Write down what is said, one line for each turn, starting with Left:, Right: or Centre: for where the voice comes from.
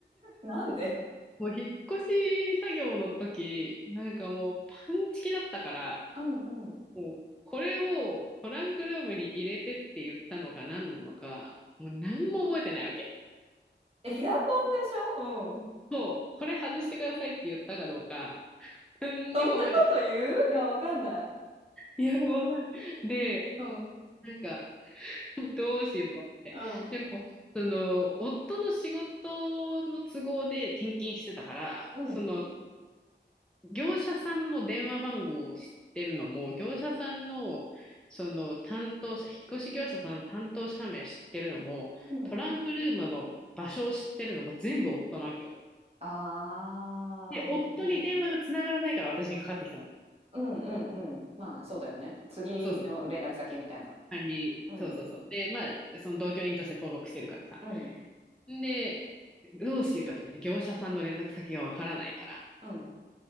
Right: なんで
Centre: もう引っ越し作業の時、なんかもうパンチキだったから、
Right: うん、うん。
Centre: もうこれをトランクルームに入れてって言ったのか何なのか、もう何も覚えてないわけ。
Right: エアコンでしょうん。
Centre: そう、これ外してくださいって言ったかどうか、何にも覚えてない。
Right: そんなこと言ういや、わかんない。
Centre: いや、わかる。で、
Right: うん、
Centre: なんか、<laughs> どうしようと思って。
Right: うん。
Centre: でも、その、夫の仕事の都合で転勤してたから、
Right: うん、
Centre: その、業者さんの電話番号を知ってるのも、業者さんの、その担当者、引っ越し業者さんの担当者名知ってるのも、
Right: うん、
Centre: トランクルームの場所を知ってるのも全部夫なわけよ。
Right: うん。ああ、
Centre: で、夫に電話がつながらないから私にかかってきたの。
Right: うん、うん。うんうんうん。まあそうだよね。次の連絡先みたいな。
Centre: そうそうそうそう。管理、
Right: うん。
Centre: そうそうそう。で、まあ、その同居人として登録してるからさ。
Right: うん。
Centre: で、どうしようと思って、業者さんの連絡先がわからないから、
Right: うん。